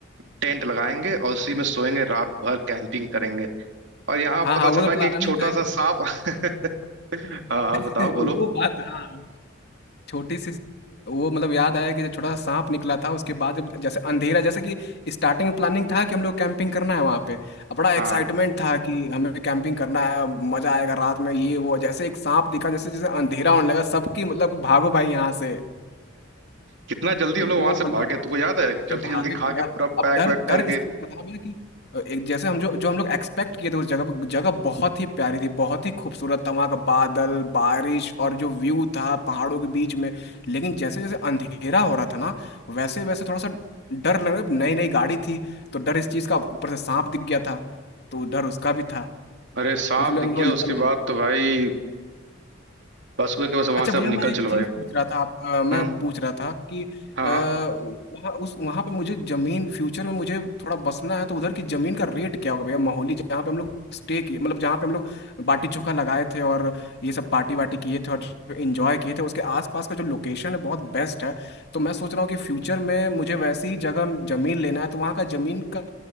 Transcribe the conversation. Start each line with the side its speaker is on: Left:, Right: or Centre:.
Right: टेंट लगाएंगे और उसी में सोएंगे रात भर कैंपिंग करेंगे और यहाँ
Left: हाँ
Right: पता
Left: हाँ,
Right: चला
Left: वो तो प्लानिंग
Right: कि एक छोटा
Left: था ही
Right: सा सांप <laughs> हाँ हाँ
Left: <laughs>
Right: बताओ बोलो
Left: वो बात हाँ छोटी सी वो मतलब याद आया कि जो छोटा सा सांप निकला था उसके बाद जब जैसे अंधेरा जैसे कि स्टार्टिंग में प्लानिंग था कि हम लोग कैंपिंग करना है वहाँ पे अब बड़ा
Right: हाँ
Left: एक्साइटमेंट था कि हमें कैंपिंग करना है मजा आएगा रात में ये वो जैसे एक सांप दिखा जैसे जैसे अंधेरा होने लगा सबकी मतलब भागो भाई यहाँ से
Right: कितना जल्दी
Left: तो
Right: हम लोग
Left: वो
Right: वहां से
Left: मतलब
Right: भागे तुमको याद है
Left: अरे
Right: जल्दी
Left: भागे
Right: जल्दी
Left: भैया
Right: खा के पूरा
Left: अब
Right: पैक
Left: डर
Right: वैक करके
Left: डर इस चीज का था ना भैया कि एक जैसे हम जो जो हम लोग एक्सपेक्ट किए थे उस जगह पे जगह बहुत ही प्यारी थी बहुत ही खूबसूरत था वहाँ का बादल बारिश और जो व्यू था पहाड़ों के बीच में लेकिन जैसे जैसे अंधेरा हो रहा था ना वैसे वैसे थोड़ा सा डर लग रहा नई नई गाड़ी थी तो डर इस चीज का ऊपर से सांप दिख गया था तो डर उसका भी था
Right: अरे सांप
Left: तो उसलिए
Right: दिख
Left: हम लोग
Right: गया
Left: निकल
Right: उसके
Left: लिए
Right: बाद तो भाई बस हुआ कि बस वहां
Left: अच्छा
Right: से
Left: भैया
Right: अब
Left: मैं
Right: निकल
Left: एक
Right: चलो भाई
Left: चीज पूछ रहा था आप अ, मैं
Right: हम्म
Left: पूछ रहा था कि अ,
Right: हाँ
Left: वहाँ उस वहाँ पे मुझे जमीन फ्यूचर में मुझे थोड़ा बसना है तो उधर की जमीन का रेट क्या होगा भैया माहौली जहाँ पे हम लोग स्टे किए मतलब जहाँ पे हम लोग बाटी चोखा लगाए थे और ये सब पार्टी वाटी किए थे और जो एंजॉय किए थे उसके आसपास का जो लोकेशन है बहुत बेस्ट है तो मैं सोच रहा हूँ कि फ्यूचर में मुझे वैसी ही जगह जमीन लेना है तो वहाँ का जमीन का